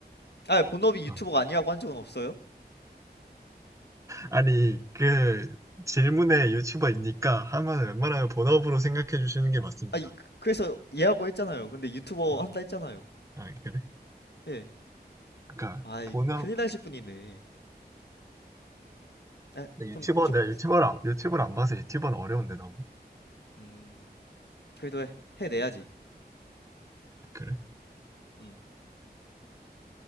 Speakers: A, on the left; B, on the right.
A: 아, 본업이
B: 어.
A: 유튜버가 아니라고 한 적은 없어요?
B: 아니, 그, 질문에 유튜버입니까? 하면 웬만하면 본업으로 생각해 주시는 게 맞습니다.
A: 아, 그래서 얘하고 했잖아요. 근데 유튜버
B: 어,
A: 한다 했잖아요.
B: 아, 그래?
A: 예.
B: 그러니까
A: 아이,
B: 본업
A: 큰일 날실 분이네. 아,
B: 유튜버
A: 좀쭉
B: 내가 유튜버를 안, 유튜브를 안 봐서 유튜버는 어려운데 너무
A: 음, 그래도 해, 해내야지.
B: 그래?
A: 음,